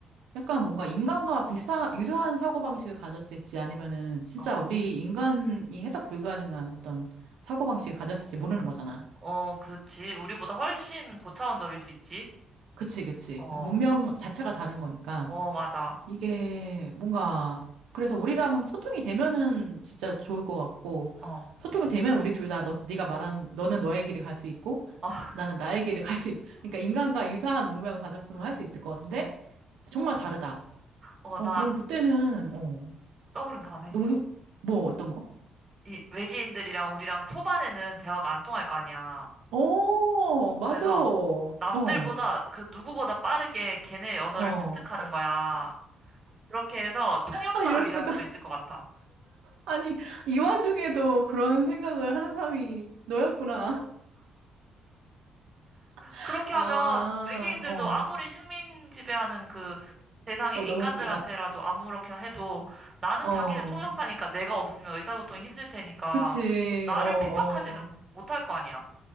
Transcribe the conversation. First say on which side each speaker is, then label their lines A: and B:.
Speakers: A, on the right; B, on the right.
A: 약간 뭔가 인간과 비슷한, 유사한 사고방식을 가졌을지 아니면은 진짜
B: 어,
A: 우리 인간이 해석 불가능한 어떤 사고방식을 가졌을지 모르는 거잖아.
B: 어, 그렇지. 우리보다 훨씬 고차원적일 수 있지.
A: 그치, 그치.
B: 어,
A: 그래서 문명 자체가 다른 거니까
B: 어, 맞아.
A: 이게 뭔가 그래서 우리랑 소통이 되면은 진짜 좋을 것 같고
B: 어.
A: 소통이 되면 우리 둘 다 너, 네가 말한 너는 너의 길을 갈 수 있고
B: <laughs>
A: 나는 나의 길을 갈 수 있, 그러니까 인간과 유사한 문명을 가졌으면 할 수 있을 것 같은데
B: 어.
A: 정말 다르다.
B: 어,
A: 어,
B: 나
A: 그럼 그때는, 어,
B: 떠오른 거 하나 있어.
A: 너무 힘, 뭐, 어떤 거?
B: 이 외계인들이랑 우리랑 초반에는 대화가 안 통할 거 아니야.
A: 어, 맞아.
B: 그래서
A: 어,
B: 남들보다 그 누구보다 빠르게 걔네 언어를
A: 어.
B: 습득하는 거야. 그렇게 해서 통역사로
A: 아, 이럴
B: 일할
A: 수가.
B: 수도
A: <laughs>
B: 있을 것 같아.
A: 아니, 이 와중에도 그런
B: 어.
A: 생각을 하는 사람이 너였구나. <laughs>
B: 그렇게
A: 아,
B: 하면 외계인들도
A: 어,
B: 아무리 식민 지배하는 그 대상인
A: 어,
B: 인간들한테라도
A: 너무 웃기다.
B: 아무렇게나 해도 나는
A: 어,
B: 자기네 통역사니까 내가 없으면 의사소통이 힘들 테니까
A: 그치.
B: 나를
A: 어, 어.
B: 핍박하지는 못할 거 아니야.